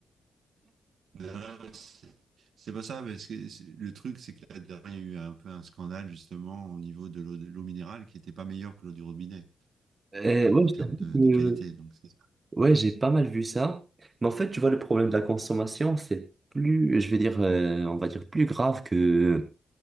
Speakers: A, on the right; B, on the right.
A: Non, c'est c'est pas ça, parce que c'est- le truc, c'est que la dernière, il y a eu un peu un scandale justement au niveau de l'eau de l'eau minérale qui n'était pas meilleure que l'eau du robinet
B: <laughs> Et
A: euh,
B: ouais,
A: en
B: je
A: termes
B: t'avoue
A: de,
B: que,
A: de qualité. Donc c'est ça.
B: ouais, j'ai pas mal vu ça. Mais en fait, tu vois, le problème de la consommation, c'est plus, je vais dire, euh, on va dire plus grave que